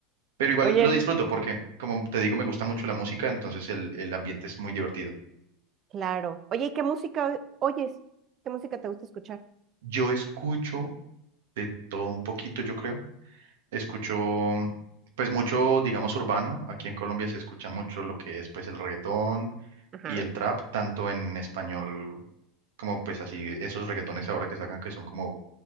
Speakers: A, on the right (about 85°); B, on the right (about 35°).
A: Pero igual
B: Oye,
A: lo disfruto
B: no,
A: porque, como te digo, me gusta mucho la música, entonces el, el ambiente es muy divertido.
B: claro. Oye, ¿y qué música oyes? ¿Qué música te gusta escuchar?
A: Yo escucho de todo un poquito, yo creo. Escucho mm, pues mucho, digamos, urbano. Aquí en Colombia se escucha mucho lo que es pues el reggaetón
B: Ajá.
A: y el trap, tanto en español como pues así esos reggaetones ahora que sacan que son como